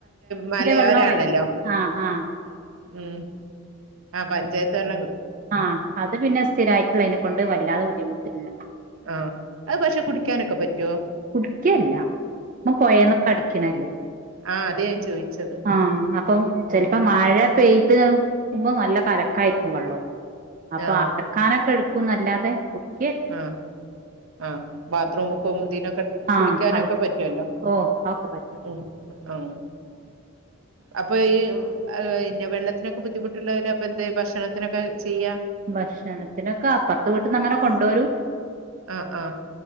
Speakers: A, on the right; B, on the right.
A: <inaudible> മലയോരാണല്ലോ
B: വെള്ളം വരുണ്ട് ആഹ് ആഹ്
A: ഉം പഞ്ചായ -
B: ആ അത് പിന്നെ സ്ഥിരായിട്ടുള്ളയ്നെ കൊണ്ട് വല്ലാതെ ബുദ്ധിമുട്ടില്ല
A: ആ അത് പക്ഷെ കുടിക്കാനൊക്കെ പറ്റോ
B: കുടിക്ക്യല്ല അത് പോയേന്നൊക്കെ അടിക്കണല്ലേ
A: ആ അതേ ഞാൻ ചോദിച്ചത്
B: ആ അപ്പം ചിലപ്പം
A: ഉം
B: മഴ മഴ പെയ്ത്ക്കുമ്പോ നല്ല കലക്കായിരിക്കും വള്ളം അപ്പൊ
A: ആ
B: അലക്കാനൊക്കെ എടു- ക്കും ന്നല്ലാതെ കുടി -
A: ആ ആ ബാത്ത്റൂമ്ക്കും ദിനൊക്കെ
B: ആഹ്
A: കുളിക്കാനൊക്കെ
B: അത്
A: പറ്റുവല്ലോ
B: ഓഹ് അതൊക്കെ പറ്റും
A: ഉം ആഹ
B: <inaudible>
A: അപ്പൊ ഈ പിന്നെ വെള്ളത്തിനൊക്കെ ബുദ്ധിമുട്ടുള്ളവര് അപ്പൊ എന്താ ഭക്ഷണത്തിനൊക്കെ ചെയ്യാ
B: ഭക്ഷണത്തിനൊക്കെ അപ്പുറത്തെ വീട്ട്ന്ന് അങ്ങനെ കൊണ്ടോരും
A: ആ ആ